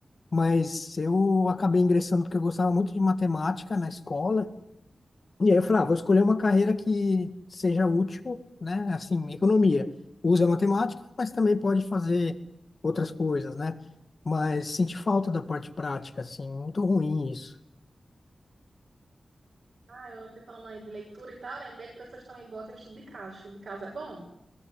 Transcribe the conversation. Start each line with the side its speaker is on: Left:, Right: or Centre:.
Left: Mas eu acabei ingressando porque eu gostava muito de matemática na escola. E aí eu falei, ah, vou escolher uma carreira que seja útil, né? Assim, economia. Usa matemática, mas também pode fazer outras coisas, né? Mas senti falta da parte prática, assim, muito ruim isso.
Right: Ah, eu fui falando aí de leitura e tal, lembrei que os professores também botam estudo de caso. Estudo de caso é bom.